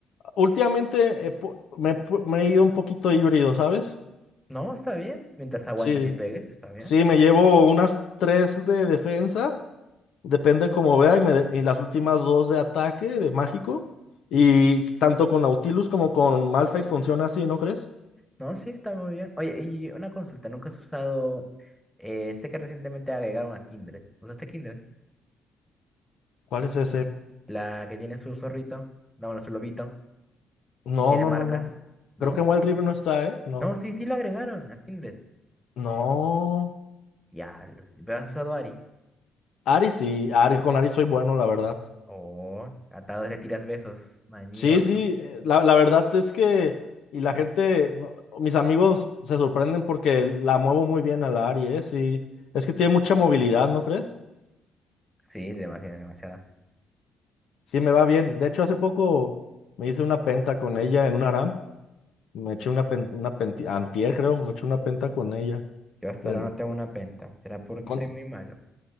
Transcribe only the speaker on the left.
últimamente he pu- me, he pu- me he ido un poquito híbrido, ¿sabes?
Sí,
sí, me llevo unas tres de defensa, depende cómo vea, y, me de- y las últimas dos de ataque, de mágico. Y tanto con Nautilus como con Malphite funciona así, ¿no crees?
¿Cuál es ese?
No,
no,
no, no.
Creo que en Wild Rift no está, ¿eh? No.
No.
Ari sí, Ari, con Ari soy bueno, la verdad.
Sí, sí, eh, la, la verdad es que, y la gente, no, mis amigos se sorprenden porque la muevo muy bien a la Ari, ¿eh? Sí, es que tiene mucha movilidad, ¿no crees?
Sí, me va bien. De hecho, hace poco me hice una penta con ella en un ARAM. Me eché una, pen- una penti- antier, creo, me eché una penta con ella.
Eh,
con,